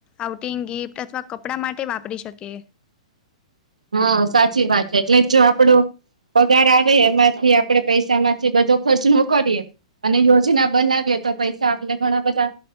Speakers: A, on the left; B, on the right.
A: આઉટિંગ, ગિફ્ટ અથવા કપડા માટે વાપરી શકીએ.
B: હા સાચી વાત છે એટલે જો આપડું પગાર આવે એમાંથી આપડે પૈસામાંથી બધો ખર્ચ ન કરીએ. અને યોજના બનાવીએ તો પૈસા આપીને ઘણા બધા